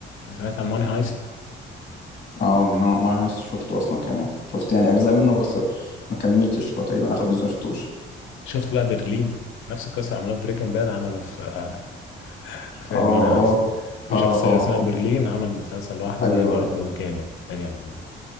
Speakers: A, on the left; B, on the left.
A: أنا سمعت عن ماني هايست
B: اه من هو ما شفته اصلا كمان شفت يعني اجزاء منه بس ما كملتش هو تقريبا اخر جزء ما شفتوش
A: شفت بقى برلين نفس القصه عملوها في بريكنج باد عملوا في آه، في
B: اه
A: ماني هايست
B: اه
A: في
B: اه
A: شخصيه
B: اه
A: اسمها برلين
B: اه
A: عمل مسلسل لوحده
B: ايوه
A: وده برضو
B: ايوه
A: جامد ده جامد ده